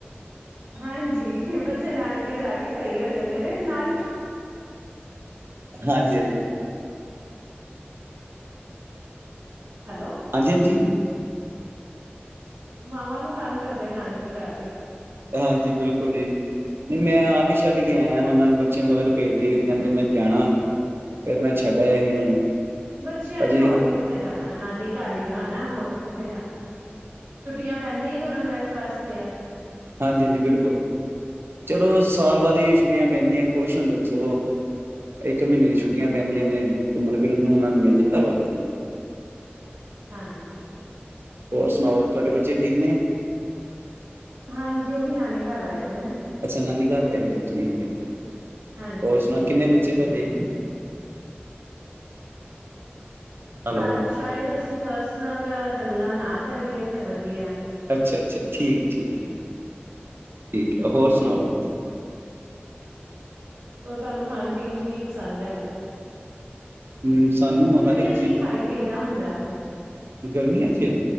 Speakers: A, on the right; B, on the right.
A: ਹਾਂਜੀ, ਬੱਚੇ ਨਾਨਕੇ ਜਾ ਕੇ ਸਹੀ ਹੋ ਜਾਂਦੇ ਨੇ ਨਾਨ
B: ਹਾਂਜੀ-ਹਾਂਜੀ।
A: ਹੈਲੋ
B: ਹਾਂਜੀ-ਹਾਂਜੀ।
A: ਮਾਵਾਂ ਨੂੰ ਤੰਗ ਕਰਦੇ ਨਾਨਕੇ ਜਾ ਕੇ।
B: ਹਾਂਜੀ, ਬਿਲਕੁਲ ਜੀ ਨਹੀਂ ਮੈਂ ਆਪ ਹੀ ਛੱਡ ਕੇ ਆਇਆ ਉਹਨਾਂ ਨੂੰ ਬੱਚੇ ਮਗਰ ਪੇਦੇ ਸੀ ਫਿਰ ਕਹਿੰਦੇ ਮੈਂ ਜਾਣਾ ਫਿਰ ਮੈਂ ਛੱਡ ਆਇਆ ਸੀ ਉਹਨਾਂ ਨੂੰ।
A: ਬੱਚਿਆਂ
B: ਅਜੇ
A: ਨੇ ਹੋਰ
B: ਹਾਂਜੀ,
A: ਕਿੱਥੇ ਜਾਣਾ ਨਾਨੀ ਘਰ ਹੀ ਜਾਣਾ ਹੋਰ ਕਿੱਥੇ ਜਾਣਾ। ਛੁੱਟੀਆਂ ਪੈਂਦੀਆਂ ਹੀ ਉਹਨਾਂ ਨੂੰ ਐ ਵਾਸਤੇ ਆ।
B: ਹਾਂਜੀ -ਹਾਂਜੀ ਬਿਲਕੁਲ, ਚਲੋ ਸਾਲ ਬਾਅਦ ਹੀ ਛੁੱਟੀਆਂ ਪੈਂਦੀਆਂ ਖੁਸ਼ ਹੁੰਦੇ ਨੇ ਸਗੋਂ ਇੱਕ ਮਹੀਨੇ ਦੀ ਛੁੱਟੀਆਂ ਪੈਂਦੀਆਂ ਨੇ ਘੁੰਮਣ ਫਿਰਨ ਨੂੰ ਉਹਨਾਂ ਨੂੰ ਮਿਲ ਜਾਂਦਾ ਹੋਰ ਕੀ।
A: ਹਾਂਜੀ।
B: ਹੋਰ ਸੁਣਾਓ ਤੁਹਾਡੇ ਬੱਚੇ ਠੀਕ ਨੇ।
A: ਹਾਂਜੀ ਉਹ ਵੀ ਨਾਨੀ ਘਰ ਆਏ ਦੇ ਨੇ
B: ਅੱਛਾ, ਨਾਨੀ ਘਰ ਹੈਗੀ ਆ ਠੀਕ ਹੈ ਜੀ
A: ਹਾਂਜੀ
B: ਹੋਰ ਸੁਣਾਓ, ਕਿੰਨੇ ਬੱਚੇ ਤੁਹਾਡੇ। ਹੈਲੋ
A: ਸ਼ਾਇਦ ਸ਼ਾਇਦ ਅਸੀਂ ਪਰਸਨਲ ਲੈ ਗੱਲਾਂ ਨਾਲ ਕਰੀਏ ਤੇ ਵਧੀਆ
B: ਅੱਛਾ ਅੱਛਾ ਠੀਕ ਠੀਕ ਠੀਕ ਤੇ ਹੋਰ ਸੁਣਾਓ
A: ਹੋਰ ਤੁਹਾਨੂੰ ਖਾਣ ਪੀਣ ਚ ਕੀ ਪਸੰਦ ਹੈਗਾ
B: ਹਮ ਸਾਨੂੰ
A: ਗਰਮੀਆਂ
B: ਹਰੇਕ
A: ਚ
B: ਚੀਜ਼
A: ਕੀ ਖਾਈ ਪੀ ਦਾ ਹੁੰਦਾ?
B: ਗਰਮੀਆਂ 'ਚ